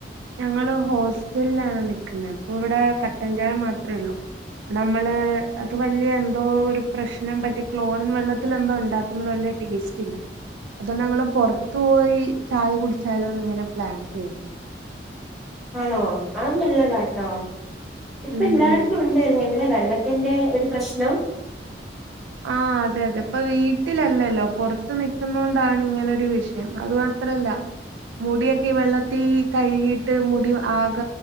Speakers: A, on the right; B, in the centre.
A: ഞങ്ങള് ഹോസ്റ്റൽലാണ് നിക്കുന്നെ അപ്പൊ ഇവിടെ കട്ടൻ ചായ മാത്ര ഉള്ളൂ നമ്മള് അത് വല്യ എന്തോ ഒരു പ്രശ്നം പറ്റി ക്ലോറിൻ വെള്ളത്തിലെന്തോ ഉണ്ടാക്കുന്നത് പോലെ ടേസ്റ്റില അതുകൊണ്ടങ്ങൾ പൊർത്തു പോയി ചായ കുടിച്ചാലോന്ന്ങ്ങനെ പ്ലാൻ ചെയ്യുന്ന്
B: ആണോ അത് നല്ലതാട്ടോ. ഇപ്പല്ലായിടത്തും
A: ഉം
B: ഉണ്ടല്ലേ വെള്ളത്തിന്റെ ഒരു പ്രശ്നം
A: ആഹ് അതെ അതെ ഇപ്പൊ വീട്ടിലല്ലല്ലോ. പൊറത്ത് നിക്കുന്നോണ്ടാണ് ഇങ്ങനൊരു വിഷയം. അതു മാത്രല്ല മുടിയൊക്കെ വെള്ളത്തി കഴുകി ട്ട് മുടി ആക